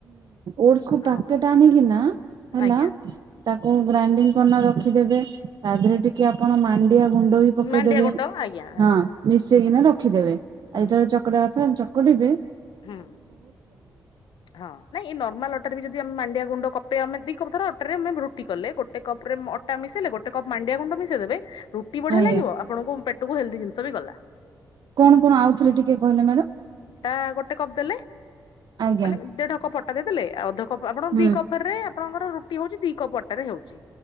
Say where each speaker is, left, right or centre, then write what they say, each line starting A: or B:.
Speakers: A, on the right (about 65°); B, on the left (about 80°).
A: ଓଟସ୍ କୁ ପ୍ୟାକେଟ
B: ହଁ
A: ଆଣିକିନା ହେଲା
B: ଆଜ୍ଞା
A: ତାକୁ ଗ୍ରାଇଣ୍ଡିଙ୍ଗ କରିନ ରଖି ଦେବେ ତା ଦେହରେ ଟିକେ ଆପଣ ମାନ୍ ଣ୍ଡିଆ ଗୁଣ୍ଡ ବି ପକେଇଦବେ
B: ମାଣ୍ଡିଆ ଗୁଣ୍ଡ ଆଜ୍ଞା ଆଜ୍ଞା
A: ହଁ ମିଶେଇକିନା
B: ହୁଁ
A: ରଖିଦେବେ ଆଉ
B: ହୁଁ
A: ଯେତେବେଳେ ଚକଟା ଚକଡିବେ
B: ହୁଁ ହଁ ନାଇଁ ଏଇ ନର୍ମାଲ ଅଟାରୀ ବି ଯଦି ଆମେ ମାଣ୍ଡିଆ ଗୁଣ୍ଡ କପେଇ ଆମେ ଦି କଥର ରୁଟି କଲେ ଗୋଟେ କପ ରେ ଅଟା ମିଶେଇଲେ ଗୋଟେ କପ୍ ମାଣ୍ଡିଆ ଗୁଣ୍ଡ ମିଶେଇଦେବେ ରୁଟି ବଢିଆ
A: ଆଜ୍ଞା
B: ଲାଗିବ ଆପଣଙ୍କୁ ପେ ହେଲ୍ଦୀ ଜିନିଷ ବି ଗଲା
A: କଣ କଣ ଆଉଥରେ ଟିକେ କହିଲେ ମ୍ୟାଡାମ
B: ଟା ଗୋ ଟେ କପ ଦେଲେ
A: ଆଜ୍ଞା
B: ମାନେ ଦେଢ କପ ଅଟ ଟା ଦେଇଦଲେ ଆଉ ଅଧ କ୍ ଆପ ଆପଣଙ୍କ
A: ହୁଁ
B: ଦି କପରେ ଆପଣଙ୍କର ରୁଟି ହଉଛି ଦି କପ ଅଟାରେ ହଉଛି